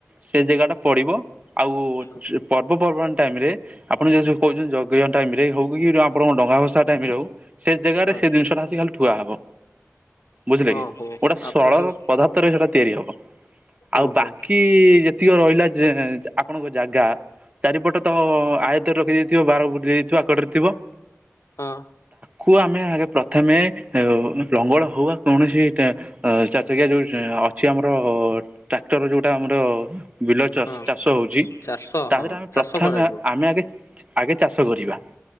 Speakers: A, on the right; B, on the left.
A: ସେ ଜାଗା ଟା ପଡିବ ଆଉ
B: ହଁ
A: ପର୍ ଟାଇମ ରେ ଆପଣ ଯ କହୁଛନ୍ତି ଯଜ୍ଞ ଟାଇମ ରେ ଯ ହଉ କିଉ ଆପଣଙ୍କ ଡଙ୍ଗା ଭସା ଟାଇମରେ ହଉ ସେ ଜାଗାରେ
B: ହଁ।
A: ସେ ଜିନିଟାିକ ଖାଲି ୁଆ ହବ ବୁଝିଲେ
B: ହଁ
A: କି
B: ହୋ
A: ଗୋଟେ ସରଳ
B: ଆପଣ ଯୋଉ
A: ପଦାର୍ଥରେ ସେଇଟା ତିଆରି ହବ
B: ଓହୋ
A: ଆଉ ବାକି ଯେତିକି ରହିଲା ଆପଣଙ୍କ ଜାଗା ଚାରିପଟ ତ ଆୟତରେ ରଖି ଯାଇଥିବ ବାର ବୁ ଯାଇଥିବ ଆକଟରେ ଥିବ
B: ହଁ
A: କୁ ଆମେ ଆଗେ ପ୍ରଥମେ ଲଙ୍ଗଳ ହଉ ବା କୌଣସି ଚା ସେ୍ଞା ଯେଉଁ ଅଛି ଆମର ଟ୍ରାକ୍ଟର ଯେଉଁଟା ଆମର ବିଲ ଚାଷ
B: ହଁ
A: ହଉଛି
B: ଚାଷ
A: ତା
B: ହଁ
A: ଦେହରେ ଆମେ
B: ଚାଷ
A: ପ୍ରଥମେ
B: କରାଯିବ
A: ଆମେ ଆଗେ ଆଗେ ଚାଷ କରିବା